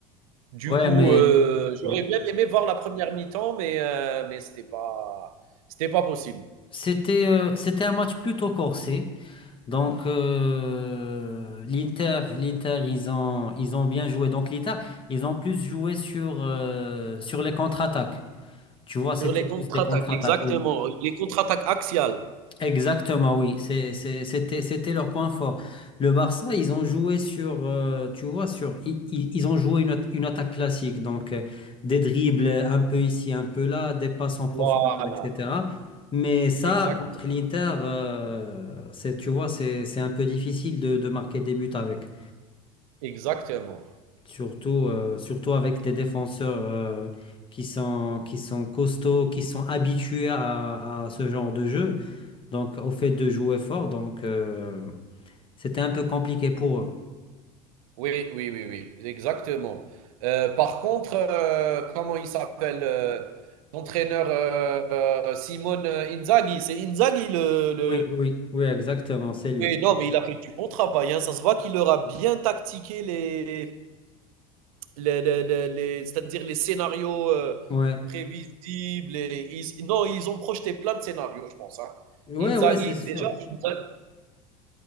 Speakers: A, on the right; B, on the left.
A: Du
B: Ouais,
A: coup,
B: mais
A: heu, j'aurais
B: ouais.
A: bien aimé voir la première mi-temps, mais heu, mais c'était pas c'était pas possible.
B: C'était euh, c'était un match plutôt corsé. Donc, euh, l'Inter, l'Inter, ils ont, ils ont bien joué. Donc, l'Inter, ils ont plus joué sur, euh, sur les contre-attaques. Tu vois,
A: Sur
B: c'était
A: les contre-attaques,
B: plus des contre-attaques,
A: exactement,
B: oui.
A: les contre-attaques axiales.
B: Exactement, oui. C'est, c'est- c'était, c'était leur point fort. Le Barça, ils ont joué sur, euh, tu vois, sur, i- i- ils, ont joué une, at- une attaque classique. Donc, euh, des dribbles un peu ici, un peu là, des passes en profondeur,
A: Voilà,
B: etc. Mais ça,
A: exactement,
B: contre l'Inter, euh, c'est, tu vois, c'est, c'est un peu difficile de, de marquer des buts avec.
A: exactement.
B: Surtout, euh, surtout avec des défenseurs, euh, qui sont, qui sont costauds, qui sont habitués à à ce genre de jeu. donc au fait de jouer fort, donc euh, c'était un peu compliqué pour eux.
A: Oui, oui, oui, oui, exactement. Euh, par contre, euh, comment il s'appelle euh, l'entraîneur euh, euh, Simone Inzaghi? C'est Inzaghi le, le-
B: Oui, oui, oui, exactement, c'est lui.
A: Oui, non, mais il a fait du bon travail. hein. Ça se voit qu'il leur a bien tactiqué les, les, les, les- les- c'est-à-dire les scénarios euh,
B: Ouais,
A: prévisibles. et ils- non, ils ont projeté plein de scénarios, je pense. hein.
B: ouais,
A: Inzaghi,
B: ouais, c'est sûr.
A: déjà, Inza-